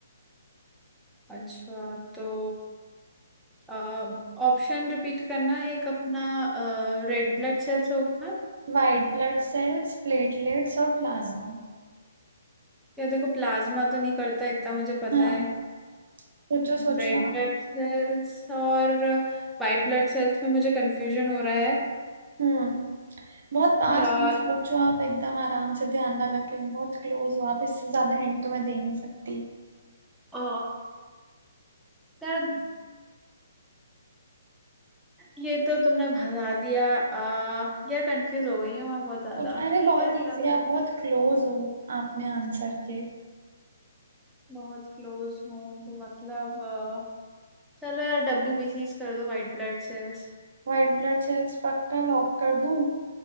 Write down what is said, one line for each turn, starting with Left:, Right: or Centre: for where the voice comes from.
Centre: अच्छा तो ऑप्शन रिपीट करना एक अपना रेड ब्लड सेल्स होगा
Right: वाइट ब्लड सेल्स प्लेटलेट्स और प्लाज्मा
Centre: या देखो प्लाज्मा तो नहीं करता इतना मुझे पता
Right: हाँ
Centre: है
Right: सोचो सोचो
Centre: रेड
Right: आप
Centre: ब्लड सेल्स और वाइट ब्लड सेल्स में मुझे कंफ्यूजन हो रहा है
Right: हम्म बहुत पास
Centre: यार
Right: में सोचो आप एकदम आराम से ध्यान लगा के बहुत क्लोज हो आप इससे ज्यादा हिंट तो मैं दे नहीं सकती
Centre: आ, यार ये तो तुमने भगा दिया आ, यार कंफ्यूज हो गई हूँ मैं बहुत ज्यादा
Right: और- अरे
Centre: ठीक
Right: बहुत
Centre: है
Right: इजी
Centre: चलो
Right: आप बहुत क्लोज हो आपने आंसर के
Centre: बहुत क्लोज हूँ तो मतलब अ, चलो यार डब्ल्यूबीसीस कर दो वाइट ब्लड सेल्स
Right: व्हाइट ब्लड सेल्स पक्का लॉक कर दूं